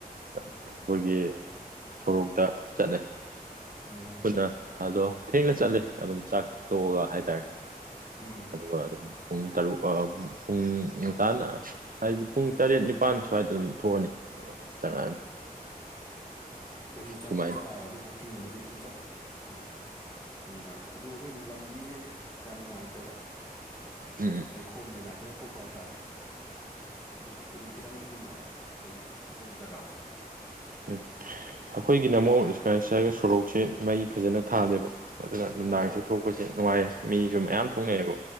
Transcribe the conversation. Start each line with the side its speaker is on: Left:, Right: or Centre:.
Right: ꯑꯩꯈꯣꯏꯒꯤ ꯁꯣꯔꯣꯛꯇ ꯆꯠꯂꯦ
Left: ꯎꯝ
Right: ꯈꯣꯏꯗ ꯑꯗꯣ ꯊꯦꯡꯅ ꯆꯠꯂꯦ ꯑꯗꯨꯝ ꯆꯥꯛ ꯇꯣꯛꯑꯒ ꯍꯥꯏꯇꯥꯔꯦ
Left: ꯎꯝ
Right: ꯑꯗꯨꯒ ꯑꯗꯨꯝ ꯄꯨꯡ ꯇꯔꯨꯛ ꯑ ꯄꯨꯡ ꯉꯟꯇꯥꯅ ꯍꯥꯏꯗꯤ ꯄꯨꯡ ꯇꯔꯦꯠ ꯅꯤꯄꯥꯥꯟ ꯁ꯭ꯋꯥꯏꯗ ꯑꯗꯨꯝ ꯊꯣꯛꯑꯅꯤ ꯑꯗꯨꯒ ꯑꯗꯨꯝ ꯆꯪꯉꯛꯑꯅꯤ
Left: ꯑꯈꯣꯏꯁꯨ ꯆꯥꯛ
Right: ꯁꯨꯃꯥꯏꯅ
Left: ꯆꯥꯔꯅꯤ ꯋꯥꯛꯀꯤꯡ ꯅꯨꯡꯗꯤ ꯆꯠꯂꯤ ꯅꯨꯃꯤꯗꯥꯡꯗ ꯑꯗꯨꯒ ꯑꯩꯈꯣꯏ ꯂꯝꯕꯤꯖꯦ ꯌꯥꯝ ꯅꯨꯡꯉꯥꯏꯇꯕ
Right: ꯎꯝ
Left: ꯂꯩꯈꯣꯝ ꯂꯩꯅꯥꯡ ꯈꯤꯇꯪ ꯊꯣꯛꯄ ꯍꯥꯏꯇꯥꯔꯦꯀꯣ ꯑꯗꯣ ꯍꯧꯖꯤꯛꯄꯨꯗꯤ ꯈꯤꯇꯪ ꯅꯨꯡꯗꯤ ꯅꯨꯡꯉꯥꯏ ꯈꯣꯏꯒꯤ ꯁꯣꯝ ꯆꯒꯥꯁꯨ
Right: ꯎꯝ ꯑꯩꯈꯣꯏꯒꯤꯅ ꯑꯃꯣ ꯏꯁꯀꯥꯏ ꯁ꯭ꯀꯥꯏꯒ ꯁꯣꯔꯣꯛꯁꯦ ꯃꯩ ꯐꯖꯅ ꯊꯥꯂꯦꯕ ꯑꯗꯨꯅ ꯅꯨꯡꯗꯥꯡꯁꯦ
Left: ꯎꯝ
Right: ꯊꯣꯛꯄꯁꯦ ꯅꯨꯡꯉꯥꯏ ꯃꯤꯖꯨ ꯃꯌꯥꯝ
Left: ꯎꯝ
Right: ꯊꯣꯛꯅꯩꯑꯦꯕ